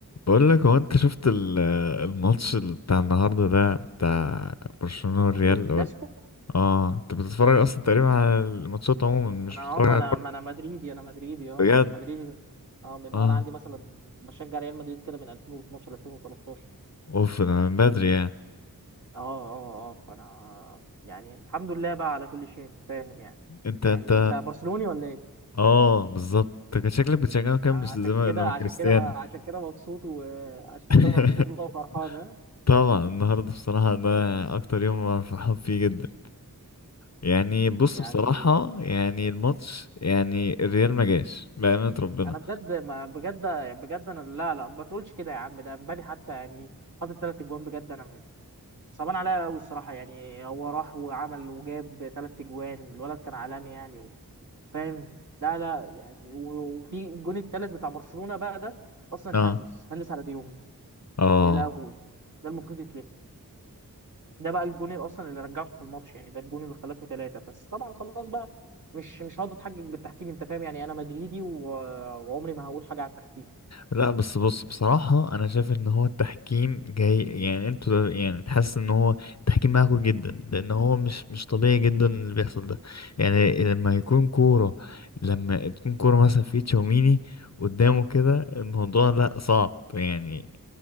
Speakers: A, on the left (about 45°); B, on the right (about 55°).
A: بقول لك هو انت شفت ال- الماتش ال- بتاع النهارده ده بتاع برشلونة والريال
B: ماتش الكلاسيكو
A: ولا اه انت بتتفرج اصلا تقريبا على الماتشات عموما مش
B: انا
A: بتتفرج
B: اه ما
A: على
B: انا
A: الكورة
B: ما انا مدريدي انا مدريدي اه
A: بجد
B: مدريدي من اه من
A: اه
B: وانا عندي مثلا بشجع ريال مدريد كده من 2012 2013
A: اوف انا من بدري يعني
B: اه اه اه آه، فانا يعني الحمد لله بقى على كل شيء انت فاهم يعني
A: انت
B: يعني
A: انت
B: انت برشلوني ولا ايه؟
A: اه بالظبط انت كان شكلك بتشجعه كام
B: عشان
A: مش زمان
B: كده
A: لما
B: عشان
A: كريستيانو
B: كده عشان كده مبسوط وعشان
A: <laughs>
B: كده مبسوط بقى وفرحان ها؟
A: طبعا النهارده بصراحة ده أكتر يوم أنا فرحان فيه جدا يعني بص
B: يعني
A: بصراحة يعني الماتش يعني الريال ما جاش بأمانة ربنا
B: انا بجد ما بجد بجد انا لا لا ما تقولش كده يا عم ده امبابي حتى يعني حاطط ثلاث اجوان بجد انا صعبان عليا قوي الصراحه يعني هو راح وعمل وجاب ثلاث اجوان الولد كان عالمي يعني و- فاهم لا لا يعني و- وفي الجون الثالث بتاع برشلونه بقى ده اصلا
A: اه
B: هندس هندس على ديوم
A: اه
B: من الاول ده المفروض يتلف ده بقى الجون اللي اصلا اللي رجعكم في الماتش يعني ده الجون اللي خلاكم ثلاثه بس طبعا خلاص بقى مش مش هقعد اتحجج بالتحكيم انت فاهم يعني انا مدريدي و- وعمري ما هقول حاجه على التحكيم
A: لا بس بص بصراحة أنا شايف إن هو التحكيم جاي يعني أنتوا ده- يعني حاسس إن هو التحكيم معاكوا جدا لأن هو مش مش طبيعي جدا اللي بيحصل ده يعني لما يكون كورة لما تكون كورة مثلا في تشاوميني قدامه كده الموضوع لا صعب يعني